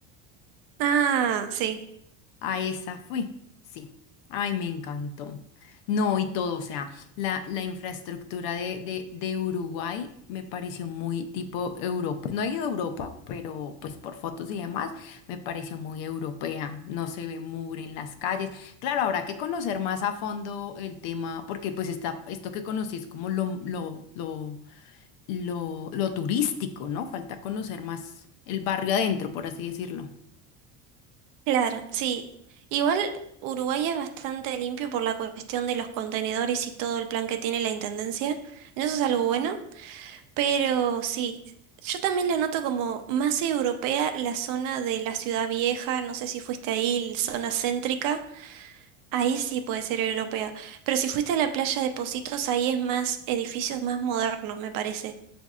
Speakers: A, on the right (about 60°); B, on the left (about 70°).
A: Ah, sí,
B: A esa fui, sí. Ay, me encantó. No, y todo, o sea, la, la infraestructura de, de, de Uruguay me pareció muy tipo Europa. No he ido a Europa, pero pues por fotos y demás, me pareció muy europea. No se ve mugre en las calles. Claro, habrá que conocer más a fondo el tema, porque pues está, esto que conocí es como lo, lo, lo, lo, lo turístico, ¿no? Falta conocer más el barrio adentro, por así decirlo.
A: claro, sí. Igual Uruguay es bastante limpio por la cuestión de los contenedores y todo el plan que tiene la intendencia. Eso es algo bueno, pero sí, yo también la noto como más europea la zona de la ciudad vieja, no sé si fuiste ahí, la zona céntrica. Ahí sí puede ser europea. Pero si fuiste a la playa de Positos, ahí es más edificios más modernos, me parece.